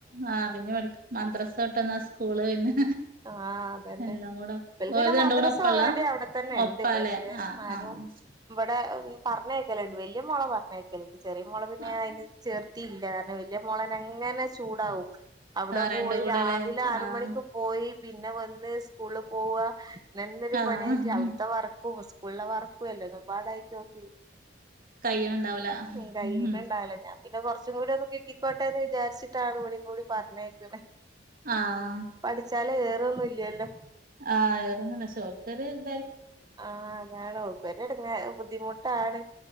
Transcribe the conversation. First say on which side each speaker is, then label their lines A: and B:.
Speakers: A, on the right (about 50°); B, on the right (about 20°).
A: ആഹ് അതുങ്ങൾ മദ്രസ വിട്ടന്ന സ്കൂള് പിന്നെ
B: ആഹ് അതന്നെ
A: എല്ലാം കൂടെ
B: ഇവൽക്ന്നെ
A: ഓല് രണ്ടും
B: മദ്രസ
A: കൂടെ ഒപ്പള്ളാ
B: ഓൾറെഡി അവിടെ തന്നെ
A: ഒപ്പാല്ലേ
B: ണ്ട് പക്ഷെ ന്നാലും
A: ആഹ് ആഹ്
B: ഇവടെ പറഞ്ഞയക്കല വല്യ മോളെ പറഞ്ഞയക്കൽണ്ട് ചെറിയ മോളെ പിന്നെ
A: ആഹ്
B: അയിന് ചേർ ത്തില്ലർഞ് വല്യ മോളനെങ്ങനെ ചൂടാവും അവിടെ
A: ആഹ്
B: പോയി
A: രണ്ടും കൂടെല്ലേ
B: രാവിലെ ആറുമണിക്ക്
A: ആഹ്
B: പോയി പിന്നെ വന്ന് സ്കൂള് പോവ ഇതെന്നൊരു
A: ആഹ്
B: പണിയായിട്ട് അവിടുത്തെ വർ ക്കു സ്കൂളിലെ വർക്കും അല്ലേതും പാടായിട്ട് ഓന്ക്ക്
A: കയ്യ്ണ് ണ്ടാവൂല ആഹ്
B: ഉം കയ്യുന്നുണ്ടാവില്ല ഞാൻ പിന്നെ കൊറച്ചും കൂടി ഒന്ന് കിട്ടി ക്കോട്ടേന്ന് വിചാരിച്ചിട്ടാണ് ഇവളെയും കൂടി പറഞ്ഞേക്ന്നെ
A: ആഹ്
B: പഠിച്ചാല് ഏറോന്നുംല്ലല്ലോ
A: ആഹ് ഏറൊന്നുല്ല പക്ഷെ ഓൽക്കൊരുതാ
B: ആഹ് അതാണ് ഇവര് എടുങ്ങ ബുദ്ധിമുട്ടാണ്